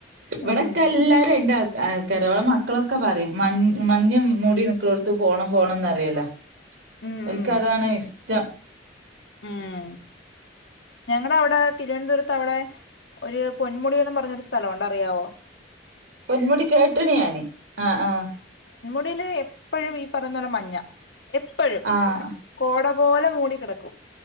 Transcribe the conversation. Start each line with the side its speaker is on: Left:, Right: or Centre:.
Right: ഇവിടെക്കെ
Left: ഉം
Right: എല്ലാരരും ഉണ്ട- കരവള മക്കളൊക്കെ പറയും മഞ് മഞ്ഞ് മുടി നിക്കളോടുത്ത പോണം പോണംന്ന് അറിയല്ലോ.
Left: ഉം ഉം
Right: എക്ക് അതാണ് ഇഷ്ടം.
Left: ഉം ഞങ്ങളുടെ അവിടെ തിരുവനന്തപുരത്ത് അവിടെ ഒരു പൊന്മുടിയന്ന് പറഞ്ഞൊരു സ്ഥലംുണ്ട അറിയാവോ
Right: പൊന്മുടി കേട്ടന ഞാന്, ആഹ ആഹ
Left: നടില് എപ്പഴും ഈ പറഞ്ഞ പോലെ മഞ്ഞ എപ്പോഴും,
Right: ആഹ്
Left: കോട- പോലെ മൂടിക്കിടക്കൂ.